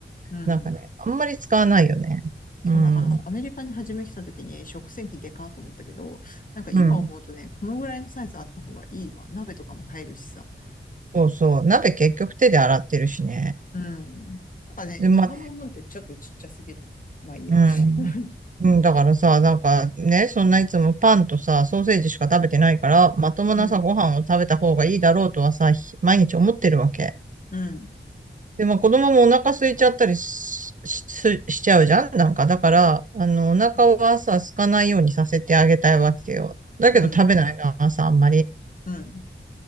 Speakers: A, on the left; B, on the right.
A: うん。
B: なんかね、あんまり使わないよね。
A: そう、
B: うん。
A: だからアメリカに初め来た時に食洗機でかーと思ったけど、なんか今思うとね、
B: うん。
A: このぐらいのサイズあった方がいいわ。鍋とかも入るしさ。
B: そうそう。鍋結局手で洗ってるしね。
A: うん。なんかね、
B: で、
A: 日本のもんってちょっとちっちゃすぎるよね。
B: ま、
A: まあいいや。
B: うん。
A: <laughs>
B: うん、だからさ、なんかね、そんないつもパンとさ、ソーセージしか食べてないから、まともなさ、
A: うん。
B: ご飯を食べた方がいいだろうとはさ、ひ毎日思ってるわけ。
A: うん。
B: で、まあ子供もお腹空いちゃったりし、し、しちゃうじゃんなんか、だから、あの、
A: うん。
B: お腹はさ、空かないようにさせてあげたいわけよ。だけど食べないな、
A: うん。
B: 朝あんまり。
A: うん。